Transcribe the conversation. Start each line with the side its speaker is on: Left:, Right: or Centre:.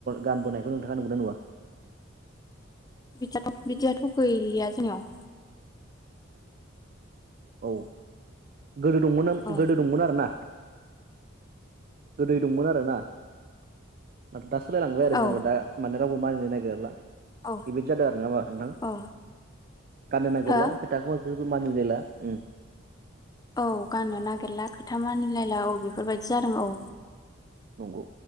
Right: गानबोनायखौ नोंथाङा नुयोना नुवा?
Left: बिदियाथ'-बिदियाथ' गैलिया जोंनियाव।
Right: औ गोदो दंमोन
Left: औ
Right: गोदो दंमोन आरो ना। गोदै दंमोन आरोना दा। सोलायलांबाय आरो
Left: औ
Right: जेनेबा दा माने रावबो मानिनो नागिरला
Left: औ
Right: इबायदि जादों आरो नामा नोंथां
Left: औ
Right: गाननो नागेरला
Left: हो
Right: खोथाखौ मानिलायला उ
Left: औ गाननो नागिरला खोथा मानिलायला औ बेफोरबायदि जादों औ
Right: नंगौ